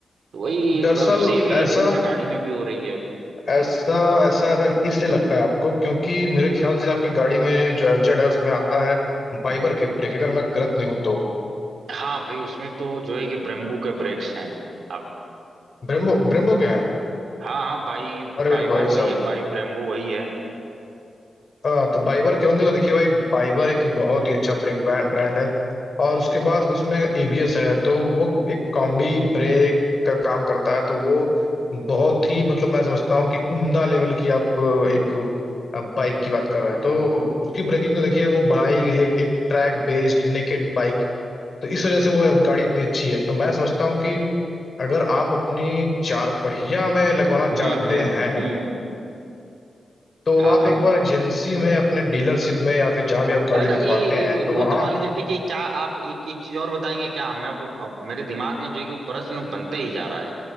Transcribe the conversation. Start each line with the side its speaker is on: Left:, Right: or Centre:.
Right: वही
Left: दरअसल
Right: अब सेम यही
Left: ऐसा
Right: चीज मुझे गाड़ी में भी हो रही है
Left: ऐसा ऐसा ऐसा इसलिए लगता है आपको क्योंकि मेरे ख्याल से आपकी गाड़ी में जो एफजेड है उसमें आता है बाइबर के ब्रेक अगर मैं गलत नहीं हूं तो
Right: हाँ भाई उसमें तो जो है कि ब्रेम्बू के ब्रेक्स हैं अब
Left: ब्रेम्बो ब्रेम्बो के हैं
Right: हाँ हाँ बाई
Left: अरे
Right: बाइबर
Left: भाई
Right: वही
Left: साहब
Right: है बाई ब्रेम्बू वही है
Left: हाँ तो बाइबर के होंगे तो देखिए भाई बाइबर एक बहुत ही अच्छा ब्रेक ब्रांड है और उसके बाद उसमें एबीएस है तो वो एक कॉम्बी ब्रेक का काम करता है तो वो बहुत ही मतलब मैं समझता हूँ कि उम्दा लेवल की आप अ, एक बाइक की बात कर रहे हैं तो उसकी ब्रेकिंग तो देखिए वो बनाई गई है एक, एक ट्रैक बेस्ड नेकेड बाइक तो इस वजह से वो गाड़ी इतनी अच्छी है तो मैं समझता हूँ कि अगर आप अपनी चार पहिया में लगवाना चाहते
Right: हम्म हम्म
Left: हैं
Right: हम्म
Left: तो
Right: हाँ
Left: आप
Right: हाँ
Left: एक बार एजेंसी में अपने डीलरशिप में या फिर जहां भी आप गाड़ी
Right: अच्छा
Left: दिखवाते
Right: ये
Left: हैं
Right: वो
Left: तो वहाँ
Right: तो मान लीजिए ठीक है क्या आप एक एक चीज और बताएंगे क्या हमें अब अब मेरे दिमाग में जो है कि वो प्रश्न बनते ही जा रहा है